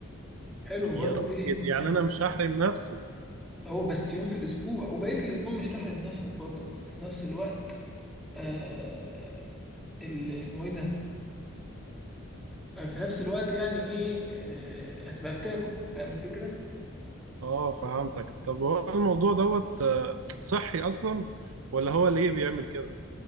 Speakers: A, in the centre; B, on the right (about 70°).
A: حلو برضه
B: يا راجل
A: ايه
B: يعني
A: يعني
B: انا مش هحرم نفسي
A: هو بس يوم في الاسبوع وبقية الاسبوع مش تحرم نفسك برضه بس في نفس الوقت آه... اللي اسمه ايه ده آه في نفس الوقت يعني ايه آه... هتبقى بتاكل فاهم الفكرة
B: اه فهمتك طب هو الموضوع دوت آه، صحي اصلا ولا هو ليه بيعمل كده